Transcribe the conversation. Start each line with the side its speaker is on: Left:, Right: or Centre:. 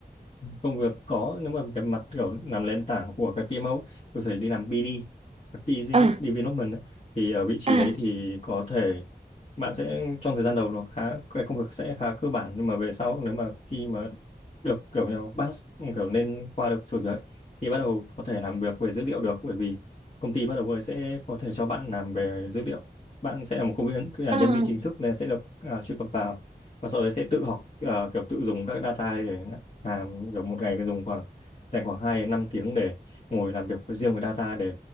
Left: công việc có nếu mà về mặt kiểu làm nền tảng của cái PMO ấy, thì có thể đi làm BD Business
Right: À,
Left: Development ấy. thì ở vị trí
Right: à,
Left: đấy thì có thể bạn sẽ trong thời gian đầu nó khá cái công việc sẽ khá cơ bản nhưng mà về sau nếu mà khi mà được kiểu như pass kiểu lên qua được thử việc ấy, thì bắt đầu có thể làm việc về dữ liệu được bởi vì công ty bắt đầu với sẽ có thể cho bạn làm về dữ liệu bạn sẽ là một công viên là
Right: à,
Left: nhân viên chính thức nên sẽ được à, truy cập vào và sau đấy sẽ tự học à, kiểu tự dùng các data để à, kiểu một ngày dùng khoảng dành khoảng 2 đến 5 tiếng để ngồi làm việc với riêng với data để